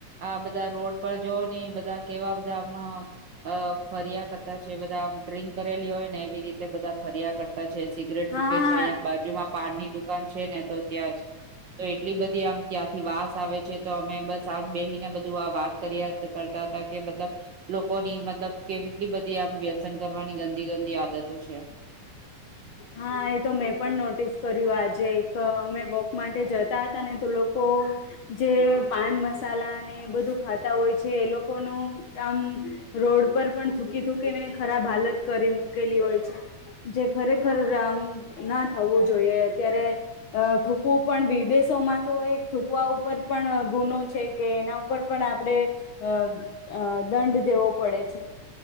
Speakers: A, on the right; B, on the left.
A: આ બધા રોડ પર જોની બધા કેવા બધા આમાં અ ફર્યા કરતા છે બધા ડ્રિંક કરેલી હોયને એવી રીતે બધા ફર્યા કરતા છે સિગરેટ ફુકે
B: હા
A: છે અંયા બાજુમાં પાનની દુકાન છે ને તો ત્યાં જ તો એટલી બધી આમ ત્યાંથી વાસ આવે છે તો અમે બસ આજ બેહીને બધું આ વાત કરીયા કરતા તા કે મતલબ લોકોની મતલબ કેવી એટલી બધી આમ વ્યસન કરવાની ગંદી ગંદી આદતો છે.
B: હા એ તો મેં પણ નોટિસ કર્યું આજે એક અમે વોક માટે જતા હતા ને તો લોકો જે પાન મસાલા ને એ બધું ખાતા હોય છે. એ લોકોનું કામ રોડ પર પણ થૂકી થૂકીને ખરાબ હાલત કરી મૂકેલી હોય છે. જે ખરેખર <unintelligible> રામ ના થવું જોઈએ. અત્યારે થૂકવું પણ વિદેશોમાં તો થૂકવા ઉપર પણ ગુનો છે કે એના ઉપર પણ આપણે અ અ દંડ દેવો પડે છે.